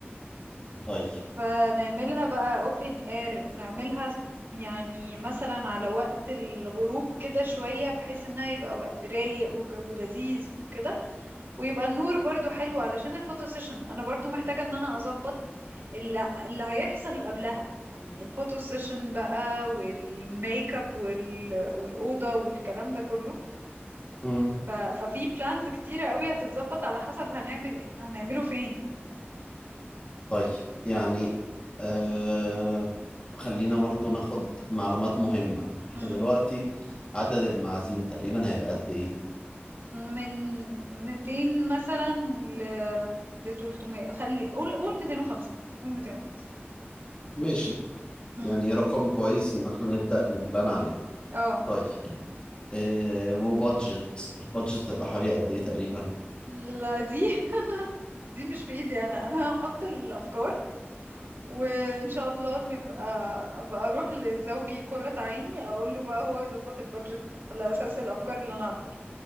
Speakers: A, on the left (about 25°); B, on the right (about 55°).
A: طيب
B: فنعملها بقى open air نعملها س- يعني مثلا على وقت الغروب كده شوية بحيث انها يبقى وقت رايق والجو لذيذ وكده ويبقى النور برضو حلو علشان الفوتو سيشن انا برضو محتاجة ان انا اظبط اللي, اللي هيحصل قبلها يعني الفوتو سيشن بقى والميك اب وال... والأوضة والكلام ده كله
A: مم.
B: ف... ففي بلانز كتيرة قوي هتتظبط على حسب هنعمل هنعمله فين
A: طيب يعني آه خلينا برضو ناخد معلومات مهمة احنا
B: مم.
A: دلوقتي عدد المعازيم تقريبا هيبقى قد ايه
B: من 200 مثلا ل ل 300 خلي قول قول 250 قول 250
A: ماشي
B: امم
A: يعني رقم كويس ان احنا نبدأ نبلان عليه
B: اه
A: طيب آه وبادجت البادجت هتبقى حوالي قد ايه تقريبا
B: لا دي دي مش في ايدي انا انا هحط الافكار وان شاء الله نبقى ابقى اروح لزوجي قرة عيني اقول له بقى هو يظبط البادجت على اساس الافكار اللي انا هختارها